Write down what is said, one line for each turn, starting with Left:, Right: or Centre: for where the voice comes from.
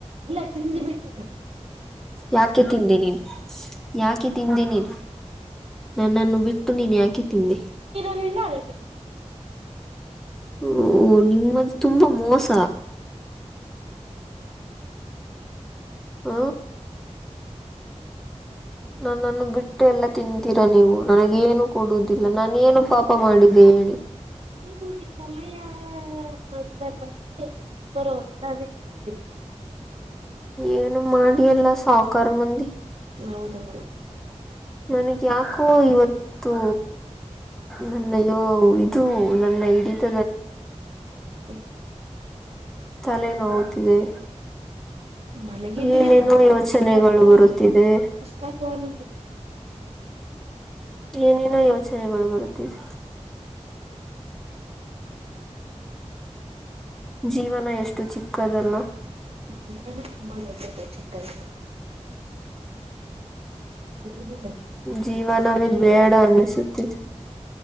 Right: ಇಲ್ಲ ತಿಂದು ಬಿಟ್ಟ
Centre: ಯಾಕೆ ತಿಂದೆ ನೀನ್ ಯಾಕೆ ತಿಂದೆ ನೀನ್ ನನ್ನನ್ನು ಬಿಟ್ಟು ನೀನ್ ಯಾಕೆ ತಿಂದೆ
Right: ಅ
Centre: ಹ ನಿಮ್ಮದು ತುಂಬಾ ಮೋಸ
Right: ಹಾ
Centre: ಹ ನಾ ನನ್ನು ಬಿಟ್ಟ ಎಲ್ಲ ತಿಂತೀರಾ ನೀವು ನನಗ ಏನು ಕೊಡುದಿಲ್ಲ ನಾನ ಏನು ಪಾಪ ಮಾಡಿದೆ ಹೇಳಿ
Right: ನೀವು ಆಯಾ ಸಂದರ್ಭಕ್ಕೆ ಬರೋವುದಿಲ್ಲ ಅದಕ್ಕೆ ತಿಂದ ಉಟೆ
Centre: ಏನು ಮಾಡಿ ಎಲ್ಲಾ ಸಾಹಕಾರ ಮಂದಿ
Right: ಹೌದೌದು
Centre: ನನಗ್ ಯಾಕೋ ಇವತ್ತು ನನ್ನಯೋ ಇದು ನನ್ನ ಇಡಿತ
Right: ಮ
Centre: ತಲೆ ನೋವುತ್ತಿದೆ
Right: ಮಲಗಿ ಬಿಡಿ
Centre: ಏನೇನೋ
Right: ಬುಕ್
Centre: ಯೋಚನೆಗಳು
Right: ಪುಸ್ತಕವನ್ನು
Centre: ಬರುತ್ತಿದೆ
Right: ಪುಸ್ತಕವನ್ನು
Centre: ಏನೇನೋ ಯೋಚನೆಗಳು ಬರುತ್ತಿದೆ ಜೀವನ ಎಷ್ಟು ಚಿಕ್ಕದಲ್ಲ
Right: ಜೀವನ ತುಂಬಾ ಜಲ್ತ ಪ್ರ ಚಿಕ್ಕರೆ ಇ
Centre: ಜೀವನವೇ ಬೇಡ ಅನ್ನಸುತ್ತಿದೆ